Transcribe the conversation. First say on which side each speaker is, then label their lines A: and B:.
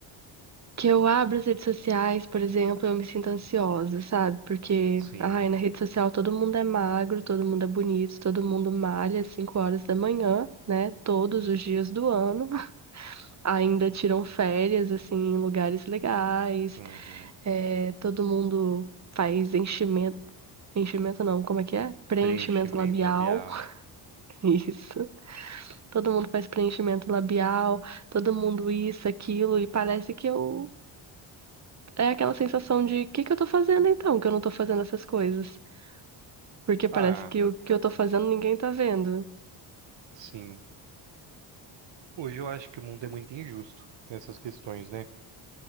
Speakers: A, on the right; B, on the right.
A: que eu abro as redes sociais, por exemplo, eu me sinto ansiosa, sabe? Porque,
B: sim.
A: ai, na rede social todo mundo é magro, todo mundo é bonito, todo mundo malha às 5 horas da manhã, né? Todos os dias do ano. <laughs> Ainda tiram férias, assim, em lugares legais.
B: Uhum.
A: É, todo mundo faz enchimento. Enchimento não, como é que é? Preenchimento
B: Preenchimento
A: labial.
B: labial.
A: <laughs> Isso. Todo mundo faz preenchimento labial, todo mundo isso, aquilo, e parece que eu é aquela sensação de o que que eu tô fazendo então, que eu não tô fazendo essas coisas. Porque
B: Ah,
A: parece que o que eu tô fazendo ninguém tá vendo.
B: sim. Hoje eu acho que o mundo é muito injusto nessas questões, né?